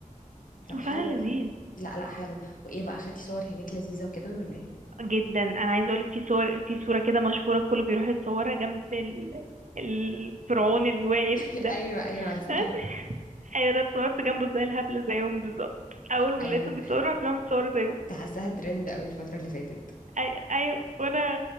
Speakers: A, on the left; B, on the right.
A: طب
B: وفعلا
A: حلو
B: لذيذ
A: ده لا لا حلو وايه بقى اخدتي صور هناك لذيذه وكده ولا ايه
B: جدا انا عايزة اقولك في صور في صورة كده مشهورة الكل بيروح يتصورها جنب ال... الفرعون
A: <laughs> مم.
B: اللي واقف ده
A: ايوه ايوه عارفه
B: <laughs> ايوه انا اتصورت جنبه زي الهبلة زيهم بالظبط اول ما
A: ايوه
B: لقيتهم بيتصوروا رحت رامية اتصور زيهم
A: <laughs> كنت حاساها ترند قوي الفتره اللي فاتت
B: ايوه ايوه وانا